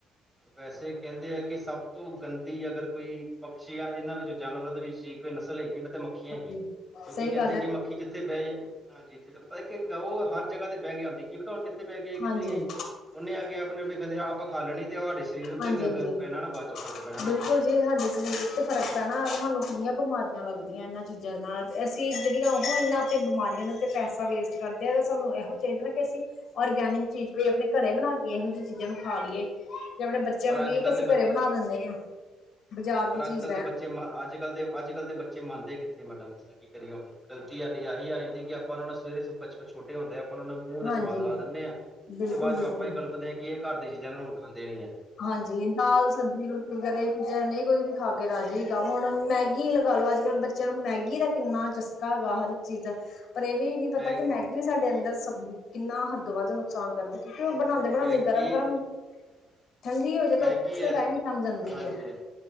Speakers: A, in the centre; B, on the left.
A: ਵੈਸੇ ਕਹਿੰਦੇ ਆ ਕਿ ਸਭ ਤੋਂ ਗੰਦੀ ਅਗਰ ਕੋਈ ਪਕਸ਼ੀ ਆ ਇਹਨਾਂ ਵਿੱਚ ਜਾਨਵਰਾਂ ਦੇ ਵਿੱਚ ਜੇ ਕੋਈ ਨਸਲ ਹੈਗੀ, ਇਹਨਾਂ ਤੇ ਮੱਖੀਆਂ
B: ਨੇ
A: ਹੈਗੀਆਂ ਕਿਉਂਕਿ
B: ਸਹੀ
A: ਕਹਿੰਦੇ
B: ਗੱਲ ਹੈ
A: ਕਿ ਮੱਖੀ ਜਿੱਥੇ ਬਹਿ ਜੇ ਹਾਂਜੀ ਪਤਾ ਕ ਉਹ ਹਰ ਜਗ੍ਹਾ ਤੇ ਬਹਿ ਕੇ ਆਂਦੀ ਕੀ ਪਤਾ ਹੁਣ ਕਿੱਥੇ ਬੈ ਕੇ ਆਈ, ਕਿੱਥੇ
B: ਹਾਂਜੀ।
A: ਨੀ ਆਈ ਉਹਨੇ ਆ ਕੇ ਆਪਣੇ‌ ਆਪਣੇ ਗੰਦੇ ਆਪ‌ ਤਾਂ ਖਾ ਲੈਣੀ ਤੁਹਾਡੇ ਸਰੀਰ ਉੱਤੇ
B: ਹਾਂਜੀ-ਹਾਂਜੀ।
A: ਗ ਗ ਪੈਣਾ ਨਾ, ਬਾਦ ਚੋਂ ਫਰਕ ਪੈਣਾ ਨਾ।
B: ਬਿਲਕੁਲ ਜੀ ਸਾਡੇ ਸਰੀਰ ਵਿੱਚ ਤੇ ਫ਼ਰਕ ਪੈਣਾ, ਸਾਨੂੰ ਕਿੰਨੀਆਂ ਬਿਮਾਰੀਆਂ ਲੱਗਦੀਆਂ ਇਹਨਾਂ ਚੀਜ਼ਾਂ ਦੇ ਨਾਲ ਤੇ ਅਸੀਂ
A: ਹਾਂਜੀ,
B: ਜਿਹੜੀਆਂ ਉਹ ਇੰਨਾ ਆਪਣੇ ਬਿਮਾਰੀਆਂ ਦੇ ਉੱਤੇ ਪੈਸਾ ਵੇਸਟ ਕਰਦੇ ਆ ਤਾਂ ਸਾਨੂੰ ਇਹੋ ਚਾਹੀਦਾ ਨਾ ਕੇ ਅਸੀਂ ਔਰਗੈਨਿਕ ਚੀਜ਼ ਕੋਈ ਆਪਣੇ ਘਰੇ ਬਣਾ ਕੇ ਇਹੋ ਜਿਹੀ ਚੀਜ਼ਾਂ ਨੂੰ ਖਾ ਲਈਏ। ਜੇ ਆਪਣੇ ਬੱਚਿਆਂ
A: ਪਰ
B: ਨੂੰ ਕਹੀਏ
A: ਅੱਜ ਕੱਲ੍ਹ
B: ਕਿ ਅਸੀਂ
A: ਦੇ ਬੱਚੇ
B: ਘਰੇ ਬਣਾ ਦੇਨੇ ਆ ਬਾਜ਼ਾਰ ਦੀ
A: ਪਰ
B: ਚੀਜ਼
A: ਅੱਜ ਕੱਲ੍ਹ
B: ਰਹਿਣ
A: ਦੇ ਬੱਚੇ ਅੱਜ ਕੱਲ ਦੇ, ਅੱਜ ਕੱਲ੍ਹ ਦੇ ਬੱਚੇ ਮੰਨਦੇ ਕਿੱਥੇ ਮੈਡਮ, ਅਸਾਂ ਕੀ ਕਰੀਏ ਹੁਣ ਸਾਡੀ ਆਹੀ ਆ ਜਾਂਦੀ ਕਿ ਆਪਾਂ ਉਹਨਾਂ ਨੂੰ ਸਵੇਰੇ ਬਚਪਨ ਚ ਛੋਟੇ ਹੁੰਦਿਆਂ ਆਪਾਂ ਉਹਨਾਂ ਨੂੰ ਮੂੰਹ ਦਾ
B: ਹਾਂਜੀ
A: ਸਵਾਦ ਲਾ ਦਿੰਨੇ ਆ
B: ਬਿਲਕੁਲ-ਬਿਲਕੁਲ।
A: ਤੇ ਬਾਅਦ ਚੋਂ ਆਪਾਂ ਹੀ ਕਲਪਦੇ ਆ ਕੀ ਇਹ ਘਰ ਦੀ ਚੀਜ਼ਾਂ ਨੂੰ ਹੁਣ ਖਾਂਦੇ ਨੀ ਆ
B: ਹਾਂਜੀ ਦਾਲ ਸਬਜ਼ੀ ਰੋਟੀ ਵਗੈਰਾ ਇਹ ਚੀਜ਼ਾਂ ਨਹੀਂ ਕੋਈ ਵੀ ਖਾ ਰਾਜੀ ਹੈਗਾ ਹੁਣ ਮੈਗੀ ਲਗਾ ਲਓ ਅੱਜ ਕੱਲ੍ਹ ਬੱਚਿਆਂ ਨੂੰ ਮੈਗੀ ਦਾ ਕਿੰਨਾ ਚਸਕਾ ਹੈਗਾ ਹਰ ਇੱਕ ਚੀਜ਼ ਦਾ ਪਰ ਇਹ ਵੀ ਨਹੀਂ ਪਤਾ
A: ਮੈਗ
B: ਕਿ ਮੈਗੀ ਵੀ ਸਾਡੇ ਅੰਦਰ ਸ ਕਿੰਨਾ ਹੱਦੋ ਵੱਦ ਨੁਕਸਾਨ ਕਰਦਾ ਕਿ ਉਹ ਬਣਾਂਦੇ ਬਣਾਂਦੇ
A: ਮੈਗੀ
B: ਗਰਮ ਗਰਮ ਠੰਡੀ ਹੋ ਜਾਏ ਤਾਂ
A: ਮੈਗੀ
B: ਉਸੇ
A: ਏ
B: ਟਾਈਮ ਹੀ ਜੰਮ ਜਾਂਦੀ
A: ਹਾਂਜੀ
B: ਹੈ